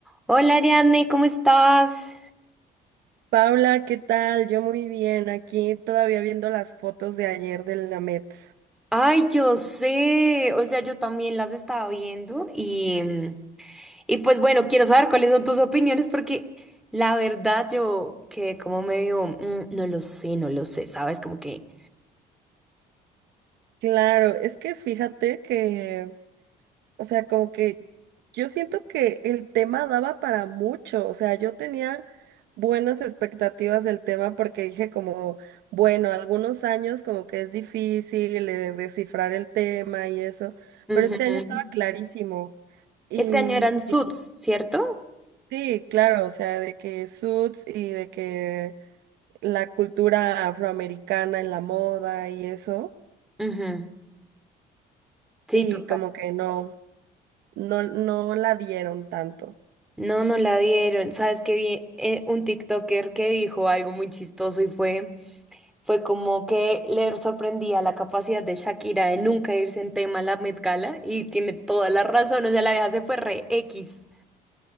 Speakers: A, in the centre; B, on the right.
A: Hola Ariane, ¿cómo estás?
B: Paula, ¿qué tal? Yo muy bien, aquí todavía viendo las fotos de ayer de la Met.
A: Ay, yo sé, o sea, yo también las estaba viendo y, mm, y pues bueno, quiero saber cuáles son tus opiniones porque la verdad yo quedé como medio, "Mm, no lo sé, no lo sé, ¿sabes? Como que...
B: Claro, es que fíjate que, o sea, como que yo siento que el tema daba para mucho, o sea, yo tenía buenas expectativas del tema porque dije como, bueno, algunos años como que es difícil eh, descifrar el tema y eso,
A: ujú.
B: pero este año estaba clarísimo. Y,
A: Este año eran Suits,
B: y
A: ¿cierto?
B: sí, claro, o sea, de que Suits y de que la cultura afroamericana en la moda y eso,
A: Ujú. Sí,
B: y
A: total.
B: como que no, no, no la dieron tanto.
A: No, no la dieron. ¿Sabes qué vi? eh, un TikToker que dijo algo muy chistoso y fue... Fue como que le sorprendía la capacidad de Shakira de nunca irse en tema a la Met Gala y tiene toda la razón, o sea, la vieja se fue re X,